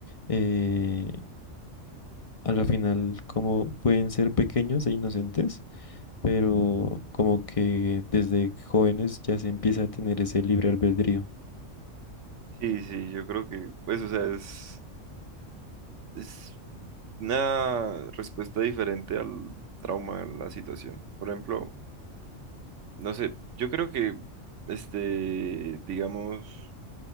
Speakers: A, on the left; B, on the right.
A: eh, a la final, como pueden ser pequeños e inocentes, pero como que desde jóvenes ya se empieza a tener ese libre albedrío.
B: Sí, sí, yo creo que, pues, o sea, es, es una respuesta diferente al trauma, a la situación. Por ejemplo, no sé, yo creo que, este, digamos,